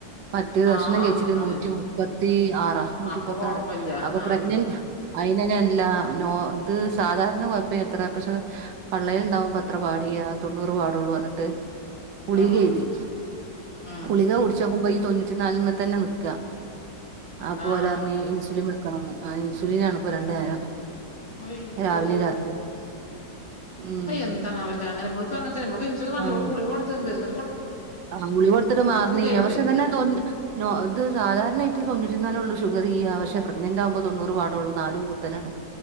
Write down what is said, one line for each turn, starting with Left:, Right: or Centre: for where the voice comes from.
Right: മറ്റ്
Left: ആഹ്
Right: ഭക്ഷണം
Left: ആഹ്
Right: കഴിച്ചിട്ട്
Left: അത്
Right: നൂറ്റി മുപ്പത്തി ആറാ നൂറ്റി
Left: അപ്പൊ
Right: മുപ്പത്തി
Left: കൊഴപ്പല്ല
Right: ആറ് അപ്പൊ
Left: ആഹ്
Right: പ്രഗ്നന്റ്
Left: ആഹ്
Right: അയിന്നെല്ല നോ ഇത് സാധാരണ
Left: ഉം
Right: കൊഴപ്പില്ലത്ര പക്ഷെ പള്ളയിൽ
Left: ഉം
Right: ഉണ്ടാവുമ്പോ അത്ര ട്ട പാടിയ തൊണ്ണുറ് പാടുള്ളു എന്ന് എന്നിട്ട് ഗുളിക
Left: ആഹ് ആഹ്
Right: എയ്തി
Left: ഉം
Right: ഗുളിക കുടിച്ചു നോക്കുമ്പ ഈ തൊണൂറ്റി നാല്മ്മെ തന്നെ നിക്ക്കാ അപ്പൊ
Left: ആഹ്
Right: അവര്
Left: ആഹ്
Right: പറഞ് ഇൻസുലിമ് വെക്കണം ക്കണന്ന് ആ ഇൻസുലീനാണിപ്പൊ രണ്ടു നേരം
Left: അയ്യോ
Right: രാവിലെയും രാത്രിയും ഉം
Left: അ എന്താണാവില്ലേ അങ്ങനെ ഇവൾക്കും അങ്ങന തന്നെ ഇവൾക്കും ഇൻസുലിൻ പറഞ്
Right: ആഹ്
Left: ഇവൾക്കും ഗുളിക കൊടുത്തിട്ട്ണ്ട് ഇത്
Right: ആഹ് ഗുളി കൊടുത്തിട്ട് മാറ്ന്നില്ല
Left: ചെയ്ത്
Right: പക്ഷെതന്നെ തൊണ്ണു ആഹ് അത് സാധാരണായിട്ട് തൊണ്ണുറ്റിന്നാലോള്ളൂ ഷ് ഷുഗറിയാ പക്ഷെ പ്രെഗ്നന്റ് ആകുമ്പോ തൊണ്ണൂറ്
Left: ഉം
Right: പാടുള്ളൂ നാല് കൂടുത്തലാണ്